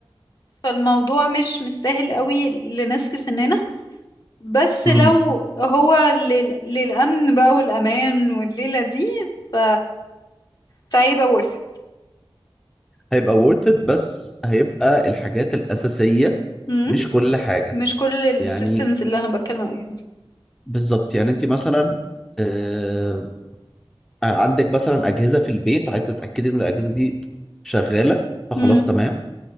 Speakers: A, on the left; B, in the centre.
A: فالموضوع مش مستاهل قوي لناس في سننا بس
B: امم
A: لو هو لل... للأمن بقى والأمان والليلة دي ف فهيبقى worth it
B: هيبقى worth it بس هيبقى الحاجات الاساسيه
A: امم
B: مش كل حاجه
A: مش كل السيستمز
B: يعني
A: اللي انا بتكلم عليها دي
B: بالظبط يعني انت مثلا آه، آه، عندك مثلا اجهزه في البيت عايزه تتاكدي ان الاجهزه دي شغاله فخلاص
A: امم
B: تمام